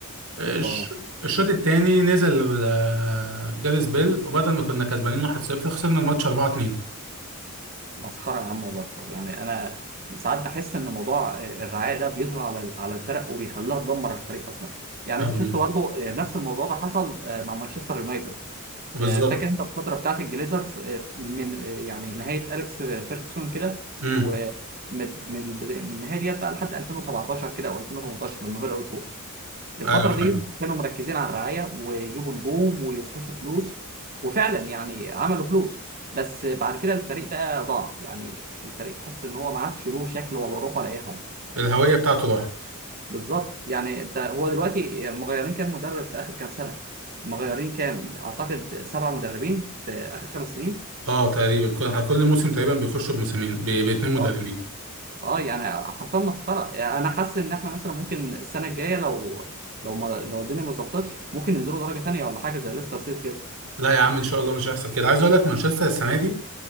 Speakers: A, on the right; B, on the right.
A: الش-
B: اه
A: الشوط التاني نزل آه، جاريث بيل وبدل ما كنا كسبانين 1-0 خسرنا الماتش 4-2
B: مسخرة يا عم والله يعني أنا ساعات بحس إن موضوع الرعاية ده بيطغى على على الفرق وبيخليها تدمر الفريق أصلا يعني
A: أمم،
B: أنت شفت برضه نفس الموضوع ده حصل آه، مع مانشستر يونايتد
A: بالظبط
B: آه، فاكر أنت الفترة بتاعت الجليزرز آه، من آه، يعني نهاية أليكس فيركسون كده
A: امم
B: ومن من من النهاية ديت بقى لحد 2017 كده أو 2018 لما بدأوا يفوقوا الفترة
A: ايوه فاهم
B: دي كانوا مركزين على الرعاية ويجيبوا نجوم ويصرفوا فلوس وفعلا يعني عملوا فلوس بس بعد كده الفريق بقى ضاع يعني الفريق تحس ان هو ما عادش له شكل ولا روح ولا اي حاجة
A: الهوية بتاعته راحت
B: بالظبط يعني انت هو دلوقتي مغيرين كام مدرب في اخر كام سنة مغيرين كام اعتقد سبع مدربين في اخر خمس سنين
A: اه تقريبا كل كل موسم تقريبا بيخشوا بموسمين ب- باتنين مدربين
B: اه اه يعني حرفيا مسخرة يعني انا حاسس ان احنا مثلا ممكن السنة الجاية لو لو ما لو الدنيا ما ظبطتش ممكن ينزلوا درجة تانية ولا حاجة زي ليستر سيتي
A: لا يا عم ان شاء الله مش هيحصل كده عايز اقول لك مانشستر السنة دي